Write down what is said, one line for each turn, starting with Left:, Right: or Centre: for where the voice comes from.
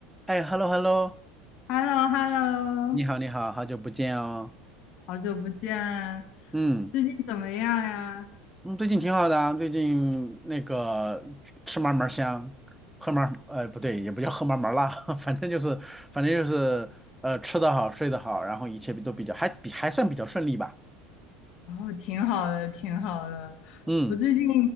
Centre: 哎，hello hello，
Left: h e l l o h e l l o
Centre: 你好你好，好久不见哦。
Left: 好久不见，
Centre: 嗯
Left: 最近怎么样呀？
Centre: 嗯，最近挺好的啊，最近那个吃嘛嘛香，喝嘛呃不对，也不叫喝嘛嘛辣，<laughs> 反正就是反正就是呃吃得好睡得好，然后一切都比较还比还算比较顺利吧。
Left: 哦，挺好的，挺好的。
Centre: 嗯，
Left: 我最近